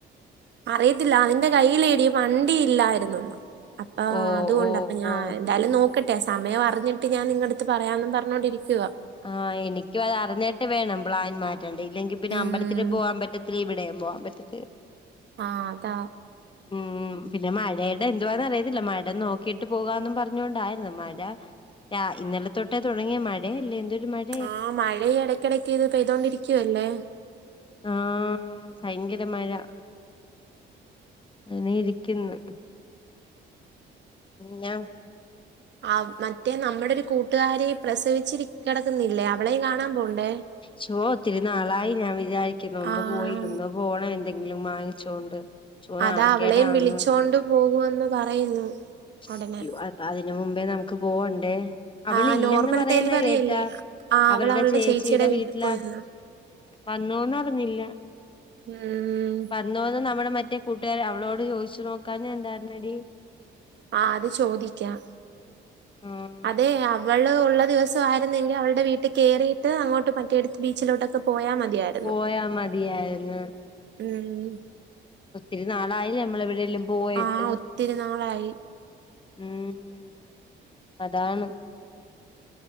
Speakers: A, on the right; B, on the left.
A: അറിയത്തില്ല അതിന്റെ കയ്യിലേടിയ വണ്ടി ഇല്ലാരിന്ന് അപ്പൊ
B: ഓ
A: അതുകൊണ്ടപ്പ
B: ഓ
A: ഞാൻ
B: ഓ
A: എന്തായാലും നോക്കട്ടെ സമയം അറിഞ്ഞിട്ട് ഞാൻ നിങ്ങളടുത്ത് പറയാന്ന് പറഞ്ഞോണ്ടിരിക്കുവ.
B: ആഹ് എനിക്കും അത് അറിഞ്ഞിട്ട് വേണം പ്ലാൻ മാറ്റേണ്ടേ ഇല്ലെങ്കി പിന്നെ
A: ഉം
B: അമ്പലത്തിലും പോവാൻ പറ്റ ലിവിടെയും പോകൻ പറ്റെത്തില്ല.
A: ആഹ് അതാ.
B: ഉം. ഉം പിന്നെ മഴയുടെ എന്തുവാന്ന റിയത്തില്ല മഴ നോക്കിയിട്ട് പോകാന്നും പറഞ്ഞുകൊണ്ടായിരുന്നു മഴ. രാ ഇന്നലെ തൊട്ടേ തുടങ്ങിയ മഴേ അല്ലേ എന്തൊരു മഴ
A: ആഹ് മഴ ഇടയ്ക്കിടയ്ക്ക്ത് പെയ്തോണ്ടിരിക്കുവല്ലേ?
B: ആഹ് ഭയങ്കര മഴ. അങ്ങനെ ഇരിക്കുന്ന് ഞവൂ
A: ആഹ് മറ്റേ നമ്മുടെ ഒരു കൂട്ടുകാരി പ്രസവിച്ചി കിടക്കുന്നില്ലേ അവളേയും കാണാൻ പോണ്ടേ?
B: ശോ ഒത്തിരി നാളായി ഞാൻ വിചാരിക്കുന്നു ഒന്ന്
A: ആഹ്
B: പോയില്ലൊന്ന്. പോണ്ണം എന്തെങ്കിലും വാങ്ങിച്ചോണ്ട് ശോ നാണക്കേടാന്ന്
A: അതാ അവളേയും വിളിച്ചോണ്ട് പോകൊന്ന് പറയുന്നു
B: <unintelligible>
A: ഉടനെ
B: അതിന് മുമ്പേ നമുക്ക് പോവണ്ടേ അവള
A: ആ
B: ഇല്ലന്ന്
A: നോർമൽ
B: പറയുന്ന
A: ഡെലിവറി
B: കേട്ടോ
A: അല്ലേ ആ
B: അവരുടെ
A: അവള് അവളുടെ
B: ചേച്ചിയിടെ
A: ചേച്ചിയുടെ വീട്ടിൽ
B: വീട്ടിലാ
A: പോയിന്ന്
B: വന്നോന്ന് അറിഞ്ഞില്ല
A: ഉം
B: പ വന്നോന്ന് നമ്മുടെ മറ്റേ കൂട്ടുകാരർ അവളോട് ചോദിച്ചു നോക്കാന്നത് ന്തായിരുന്നടി
A: ആഹ് അത് ചോദിക്കാം
B: ആഹ്
A: അതെ അവള് ഉള്ള ദിവസ <unintelligible> ആരുന്നെങ്കിൽ അവുടെ വീട്ടിൽ കയറിയിട്ട് അങ്ങോട്ട് മറ്റിയെടുത്ത് ബീച്ചിലോട്ടൊക്കെ പോയാൽ മതിയായിരുന്നു
B: പോയാ മതിയായിരുന്ന്.
A: ഉം
B: ഒത്തിരി നാളായില്ലേ നമ്മളെവിടെയെല്ലും പോയിട്ട്
A: ആഹ് ഒത്തിരി നാളായി
B: ഉം അതാണ്